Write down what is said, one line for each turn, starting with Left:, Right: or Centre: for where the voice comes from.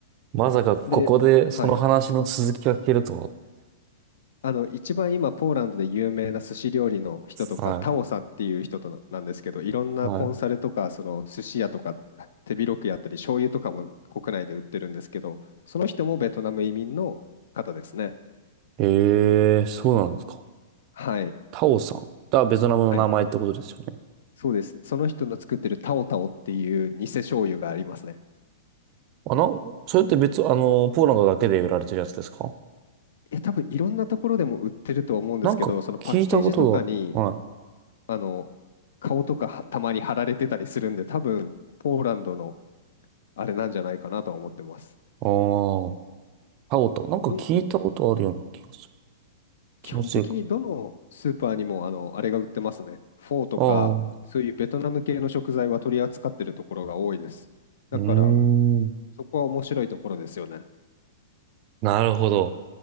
Right: まさかここでその話の続きが聞けると
Left: で、はい。あの一番今ポーランドで有名な寿司料理の人とかタオさんっていう人となんですけどいろんなコンサルとかその寿司屋とか手広くやったり醤油とかも国内で売ってるんですけどその人もベトナム移民の方ですね。
Right: は。はい、はい。ええそうなんですか。
Left: はい。
Right: タオさん。がベトナムの名前ってことですよね。
Left: はい。そうです。その人の作ってるタオタオっていう偽醤油がありますね。
Right: あ、なん、それって別、あの、ポーランドだけで売られてるやつですか
Left: いや、多分いろんなところでも売ってると思うんですけど、
Right: なんか聞いたことが、
Left: そのパッケージとかに、
Right: はい。
Left: あの、顔とかはたまに貼られてたりするんで、多分ポーランドのあれなんじゃないかなとは思ってます。
Right: ああ、タオタオ。なんか聞いたことあるような気がする。
Left: どん、
Right: 気のせいか。
Left: 基本的にどのスーパーにも、あの、あれが売ってますね。フォーとか、
Right: ああ、う
Left: そういうベトナム系の食材は取り扱ってるところが多いです。だから、
Right: ーん。
Left: そこは面白いところですよね。
Right: なるほど。